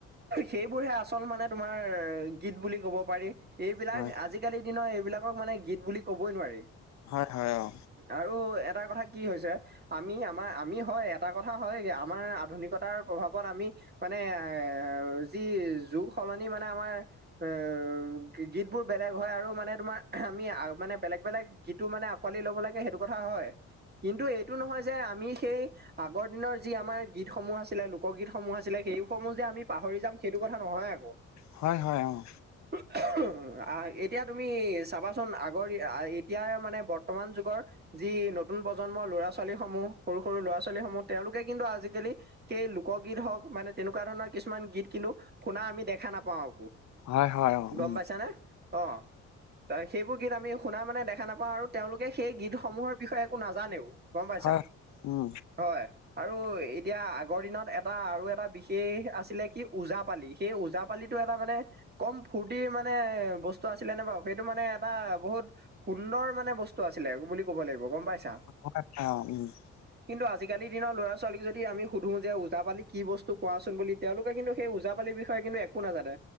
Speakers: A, on the right; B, on the left.
A: সেইবোৰহে আচল মানে তোমাৰ গীত বুলি ক'ব পাৰি, এইবিলাক
B: হয়
A: আজি কালি দিনৰ এইবিলাকক মানে গীত বুলি ক'বয়ে নোৱাৰি।
B: হয় হয় অ।
A: আৰু এটা কথা কি হৈছে আমাৰ হয় এটা কথা হয়, আমাৰ আধুনিকতাৰ প্ৰভাৱত আমি মানে এ যি যুগ সলনি মানে আমাৰ। এ গীতবোৰ বেলেগ হয় আৰু মানে তোমাৰ আমি মানে বেলেগ - বেলেগ গীতো মানে আকোৱালি ল'ব লাগে সেইটো কথা হয়, কিন্তু এইটো নহয় যে আমি সেই আগৰ দিনৰ যি আমাৰ গীতসমূহ আছিলে লোকগীতসমূহ আছিলে, সেই সমূহ যে আমি পাহৰি যাম সেইটো কথা নহয় আকৌ?
B: হয় হয় অঁ।
A: উ অহ আ এতিয়া তুমি চাবাচোন এতিয়া মানে বৰ্তমান যুগৰ যি নতুন প্ৰজন্মৰ ল'ৰা - ছোৱালীসমূহ, সৰু সৰু ল'ৰা - ছোৱালীসমূহ তেওঁলোকে কিন্তু আজিকালি। সেই লোকগীত হওক মানে তেনেকুৱা ধৰণৰ কিছুমান গীত। কিন্তু শুনা আমি দেখা নাপাওঁ আকৌ,
B: হয় হয় অ
A: গম
B: উম
A: পাইছানে অঁ। ত সেইবোৰ গীত আমি শুনা মানে দেখা নাপাওঁ আৰু তেওঁলোকে সেই গীতসমূহৰ বিষয়ে একো নাজানেও। গ'ম পাইছা,
B: হয় উম
A: হয়। আৰু এতিয়া আগৰ দিনত এটা আৰু এটা বিশেষ আছিলে কি ওজাপালি সেই ওজাপালিটো এটা মানে কম ফূৰ্তি মানে বস্তু আছিলে নে বাৰু, সেইটো মানে এটা বহুত সুন্দৰ মানে বস্তু আছিলে বুলি ক'ব লাগিব গম পাইছা
B: <unintelligible>
A: কিন্তু আজিকালি দিনৰ ল'ৰা-ছোৱালীক যদি আমি সুধো যে ওজাপালি কি বস্তু কোৱাচোন বুলি তেওঁলোকে কিন্তু সেই ওজাপালিৰ বিষয়ে কিন্তু একো নাজানে,